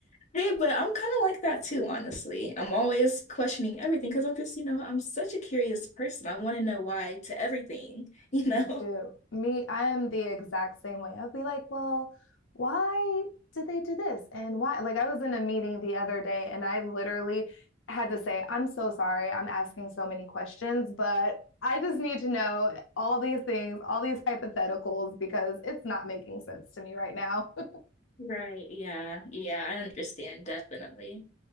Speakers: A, on the left; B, on the left.
A: Hey, but I'm kind of like that too, honestly. I'm always questioning everything because I'm just, you know, I'm such a curious person. I want to know why to everything, you know?
B: Me too.
A: <laughs>
B: Me, I am the exact same way. I'll be like, well, why did they do this? And why? Like, I was in a meeting the other day and I literally had to say, I'm so sorry. I'm asking so many questions, but I just need to know all these things, all these hypotheticals, because it's not making sense to me right now. <laughs>
A: Right, yeah, yeah, I understand definitely.